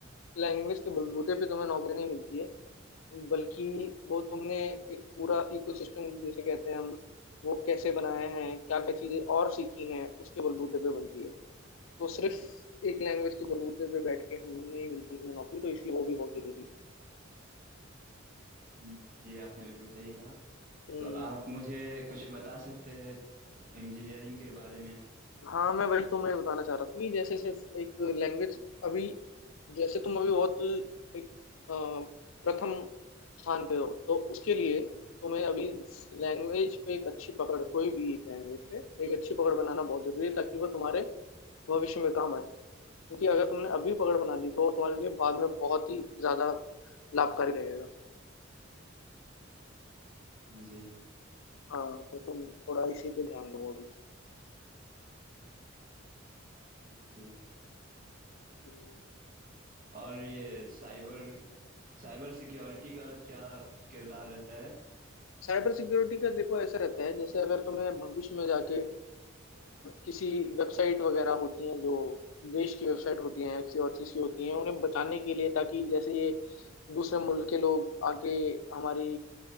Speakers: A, on the left; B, on the right.
A: लैंग्वेज के बलबूते पे तुम्हें नौकरी नहीं मिलती है बल्कि वो तुमने एक पूरा इकोसिस्टम जैसे कहते हैं हम वो कैसे बनाए हैं क्या क्या चीज़ें और सीखी हैं उसके बलबूते पे बनती है तो सिर्फ एक लैंग्वेज के बलबूते पे बैठ के हम नहीं मिलती है नौकरी तो इसलिए वो भी बहुत जरूरी है
B: जी आपने बिल्कुल सही कहा
A: हम्म
B: तो आप मुझे कुछ बता सकते हैं इंजीनियरिंग के बारे में
A: हाँ मैं वही तुम्हें बताना चाह रहा था कि जैसे सिर्फ एक लैंग्वेज अभी जैसे तुम अभी बहुत एक अ, प्रथम स्थान पे हो तो उसके लिए तुम्हें अभी लैंग्वेज पे एक अच्छी पकड़ कोई भी एक लैंग्वेज पे एक अच्छी पकड़ बनाना बहुत जरूरी है ताकि वो तुम्हारे भविष्य में काम आए क्योंकि अगर तुमने अभी पकड़ बना ली तो वो तुम्हारे लिए बाद में बहुत ही ज्यादा लाभकारी रहेगा
B: जी
A: हाँ तो तुम थोड़ा इसी पे ध्यान दो अभी
B: जी
A: हम्म।
B: और ये साइबर साइबर सिक्योरिटी का क्या किरदार रहता है
A: साइबर सिक्योरिटी का देखो ऐसा रहता है जैसे अगर तुम्हें भविष्य में जाके अ, किसी वेबसाइट वगैरह होती हैं जो देश की वेबसाइट होती हैं किसी और चीज़ की होती हैं उन्हें बचाने के लिए ताकि जैसे ये दूसरे मुल्क के लोग आके हमारी